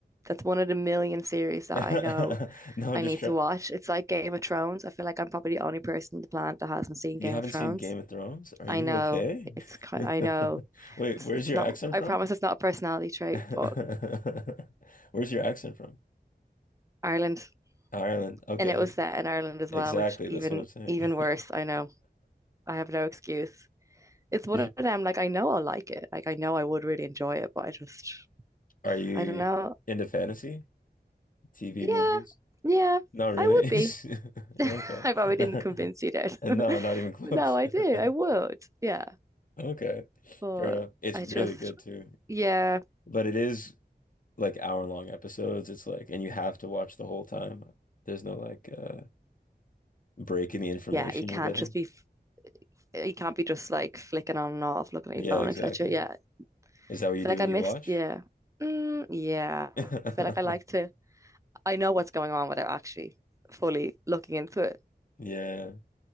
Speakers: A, on the right; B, on the left.
A: that's one of the million series that
B: <laughs>
A: I know
B: No, I'm
A: I
B: just
A: need
B: trying.
A: to watch. It's like Game of Thrones. I feel like I'm probably the only person on the planet that hasn't seen
B: You
A: Game
B: haven't
A: of Thrones.
B: seen Game of Thrones? Are
A: I
B: you
A: know
B: okay?
A: it's I know
B: <laughs> Wait,
A: it's
B: where's
A: it's
B: your
A: not
B: accent
A: I
B: from?
A: promise it's not a personality trait,
B: <laughs>
A: but
B: Where's your accent from?
A: Ireland
B: Ireland. Okay.
A: and it was set in Ireland as
B: Exactly.
A: well, which even
B: That's what I'm saying.
A: even worse, I know. I have no excuse. It's one
B: <laughs>
A: of them, like I know I'll like it. Like I know I would really enjoy it, but I just
B: Are you
A: I don't know.
B: into fantasy? TV
A: Yeah,
B: movies?
A: yeah,
B: Not really.
A: I would be.
B: <laughs>
A: <laughs> I
B: Yeah, Okay.
A: probably
B: <laughs>
A: didn't convince you that.
B: And
A: <laughs>
B: no, not even close.
A: But no, I
B: <laughs>
A: do. I would. Yeah.
B: Okay.
A: But
B: Fair enough. It's
A: I
B: really
A: just
B: good too.
A: Yeah.
B: But it is like hour long episodes. It's like, and you have to watch the whole time. There's no like uh break in the information
A: Yeah, you can't
B: you're getting.
A: just be, f- you can't be just like flicking on and off, looking
B: Yeah,
A: at your phone,
B: exactly.
A: etc. Yeah,
B: Is that what
A: I
B: you
A: feel
B: do
A: like
B: when
A: I missed.
B: you watch?
A: Yeah, mm, yeah,
B: <laughs>
A: I feel like I like to. I know what's going on without actually fully looking into it.
B: Yeah.